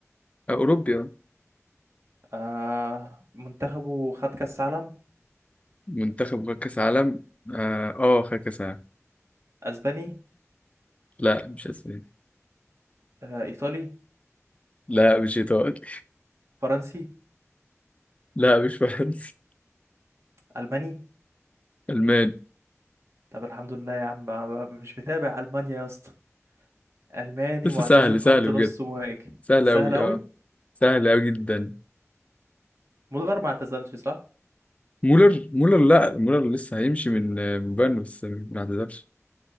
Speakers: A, on the left; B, on the right.
A: آه، أوروبيا
B: آه منتخبه خد كأس عالم
A: منتخب خد كأس عالم آه آه، خد كأس عالم
B: أسباني
A: لا مش أسباني
B: آه إيطالي
A: لا مش إيطالي
B: فرنسي
A: لا مش فرنسي
B: ألماني
A: ألماني
B: طب الحمد لله يا عم ما- ما- مش متابع ألمانيا يا اسطى ألماني
A: بس
B: معتزل
A: سهل
B: خط
A: سهل
B: نص
A: بجد
B: مهاجم
A: سهل
B: سهل
A: أوي
B: أوي
A: أه سهل أوي جدا
B: مولر ما اعتزلش صح؟
A: مولر مولر لا مولر لسه هيمشي من آه، من بايرن بس ما اعتزلش